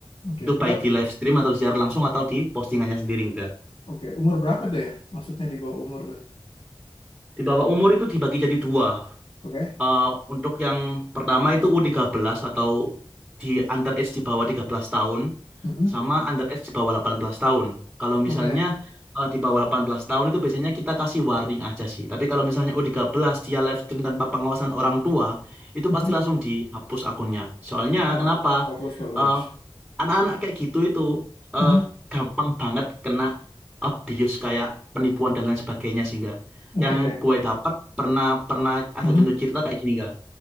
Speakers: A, on the left (about 75°); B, in the centre.
A: Oke.
B: Itu
A: Oh,
B: baik di live stream atau secara langsung atau di postingannya sendiri enggak.
A: oke. Umur berapa tuh ya? Maksudnya di bawah umur tuh.
B: Di bawah umur itu dibagi jadi dua.
A: Oke.
B: Eh, untuk yang pertama itu U13 atau di under age di bawah 13 tahun
A: Hmm, hmm,
B: sama under age di bawah 18 tahun. Kalau
A: Oke.
B: misalnya eh, di bawah 18 tahun itu biasanya kita kasih warning aja sih. Tapi kalau misalnya U13 dia live stream tanpa pengawasan orang tua, itu
A: Hmm.
B: pasti langsung dihapus akunnya. Soalnya
A: Oh,
B: kenapa?
A: bagus, bagus.
B: Eh, anak-anak kayak gitu itu eh,
A: Hmm,
B: gampang banget kena abuse kayak penipuan dan lain sebagainya sehingga
A: Oke.
B: yang gue dapat pernah pernah ada
A: Hmm?
B: contoh cerita kayak gini gak?